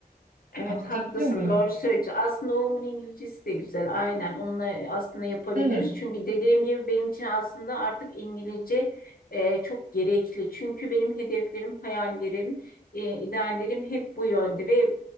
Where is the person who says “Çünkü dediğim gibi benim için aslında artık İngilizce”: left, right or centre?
Left